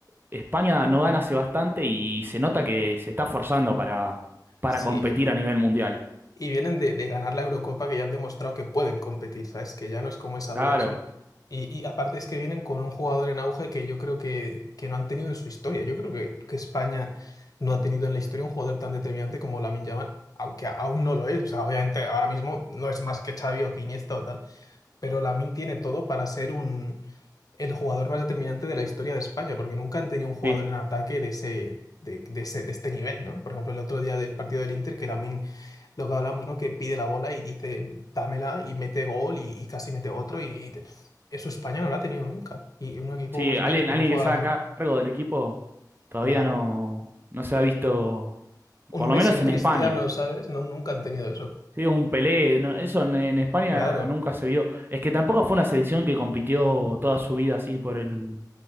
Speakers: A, on the right; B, on the left.
A: España no gana hace bastante y se nota que se está forzando para, para
B: Sí,
A: competir a nivel mundial.
B: y vienen de, de ganar la Eurocopa que ya han demostrado que pueden competir, ¿sabes? Que ya no es como esa
A: Claro,
B: duda, son. Y, y aparte es que vienen con un jugador en auge que yo creo que, que no han tenido en su historia. Yo creo que, que España no ha tenido en la historia un jugador tan determinante como Lamine Yamal, aunque aún no lo es. O sea, obviamente ahora mismo no es más que Xavi o que Iniesta o tal, pero Lamine tiene todo para ser un, el jugador más determinante de la historia de España, porque nunca han tenido un jugador
A: sí,
B: en ataque de ese, de, de ese, de este nivel, ¿no? Por ejemplo, el otro día del partido del Inter, que Lamine lo que hablamos, ¿no? Que pide la bola y dice, dámela y mete gol y, y casi mete otro. Y te- eso España no lo ha tenido nunca. Y un equipo
A: Sí,
B: como España,
A: alguien,
B: tener
A: alguien
B: un jugador
A: que está a
B: así,
A: cargo del equipo todavía
B: claro.
A: no, no se ha visto,
B: Un
A: por lo
B: Messi,
A: menos
B: un
A: en
B: Cristiano,
A: España.
B: ¿sabes? No, nunca han tenido eso.
A: Sí, un Pelé, no, eso en, en España
B: Claro,
A: nunca se vio. Es que tampoco fue una selección que compitió toda su vida así por el,